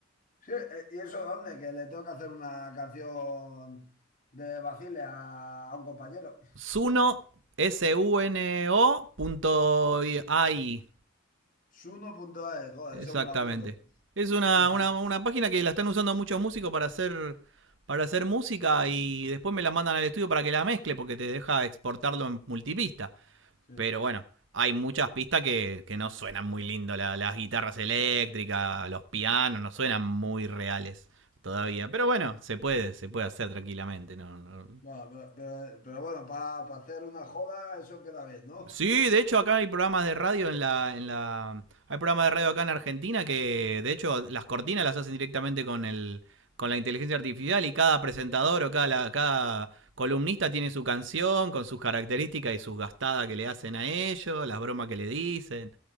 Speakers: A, on the left; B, on the right.
A: Sí, eh, ¿y eso dónde? Que le tengo que hacer una canción de Basile a, a un compañero.
B: Suno S U N O punto A I-
A: Suno.es, joder,
B: Exactamente.
A: eso me lo apunto. <laughs>
B: Es una, una, una página que la están usando muchos músicos para hacer, para hacer música y después me la mandan al estudio para que la mezcle porque te deja exportarlo en multipista.
A: Sí.
B: Pero bueno, hay muchas pistas que, que no suenan muy lindo. La- las guitarras eléctricas, los pianos, no suenan muy reales todavía. Pero bueno, se puede, se puede hacer tranquilamente. No, no-
A: Bueno, pero, pero- pero bueno, para hacer una joda eso queda bien, ¿no?
B: Sí, de hecho acá hay programas de radio en la, en la... Hay programas de radio acá en Argentina que de hecho las cortinas las hacen directamente con el con la inteligencia artificial y cada presentador o cada, cada columnista tiene su canción con sus características y sus gastadas que le hacen a ellos, las bromas que le dicen.